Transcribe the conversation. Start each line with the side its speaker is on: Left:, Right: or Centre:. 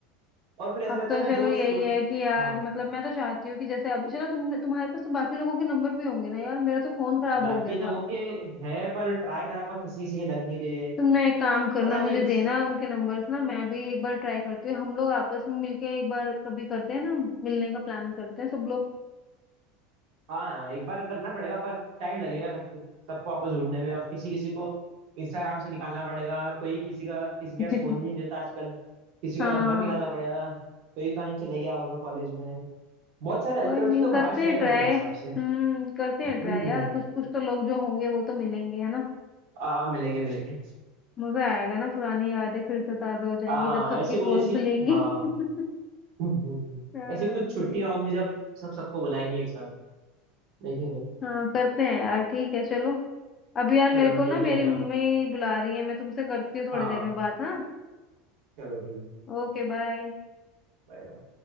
Right: और फिर ऐसा
Left: अब
Right: रहता
Left: तो
Right: है ना
Left: चलो
Right: जो
Left: यही
Right: स्कूल
Left: है कि यार
Right: हाँ
Left: मतलब मैं तो चाहती हूँ कि जैसे अभी चलो तुमने तुम्हारे पास तो बाकी लोगों के नंबर भी होंगे ना यार मेरा तो फोन खराब
Right: बाकी
Left: हो गया
Right: लोगों
Left: था
Right: के है पर ट्राई करा पर किसी किसी के लग नहीं रहे
Left: तुम एक काम करना
Right: पता
Left: मुझे
Right: नहीं
Left: देना उनके नंबर्स ना मैं भी एक बार ट्राई करती हूँ हम लोग आपस में मिलके एक बार कभी करते हैं ना मिलने का प्लान करते हैं सब लोग
Right: हाँ एक बार करना पड़ेगा पर टाइम लगेगा सबको सबको आपस ढूंढने में और किसी किसी को इंस्टाग्राम से निकालना पड़ेगा कोई किसी का किसी के
Left: <laughs>
Right: पास फोन ही नहीं रहता आजकल किसी
Left: हाँ
Right: का नंबर निकालना पड़ेगा कोई कहीं चले गया होगा कॉलेज में बहुत सारे
Left: कोई
Right: ऐसे बच्चे
Left: नहीं
Right: तो बाहर
Left: करते
Right: चले
Left: हैं
Right: गए
Left: ट्राई
Right: होंगे मेरे हिसाब से
Left: हम्म करते
Right: हम्म
Left: हैं ट्राई यार कुछ कुछ तो लोग जो होंगे वो तो मिलेंगे है ना
Right: आ मिलेंगे मिलेंगे
Left: मजा आएगा ना पुरानी यादें फिर से ताजा हो जाएंगी
Right: हाँ
Left: जब सबकी
Right: ऐसी कुछ
Left: पोल
Right: ऐसी
Left: खुलेंगी
Right: हाँ
Left: <laughs>
Right: हम्म, हम्म, हम्म।
Left: हाँ
Right: ऐसी कुछ छुट्टियां
Left: भाई
Right: होंगी जब सब सबको बुलाएंगे एक साथ देखेंगे
Left: हाँ करते हैं यार ठीक है चलो अब यार
Right: चलो
Left: मेरे को ना
Right: ठीक
Left: मेरी
Right: है ना
Left: मम्मी बुला रही है मैं तुमसे करती हूँ थोड़ी
Right: हाँ
Left: देर में बात हाँ
Right: चलो ठीक है
Left: Okay bye
Right: Bye bye